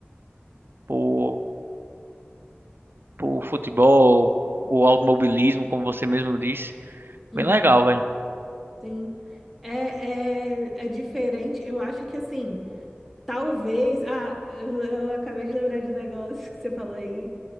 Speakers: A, on the right (about 60°); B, in the centre.
A: por, por futebol ou automobilismo, como você mesmo disse.
B: uhum,
A: Bem legal, velho.
B: sim. É, é, é diferente. Eu acho que, assim, Talvez. Ah, eu, eu acabei de lembrar de um negócio que você falou aí.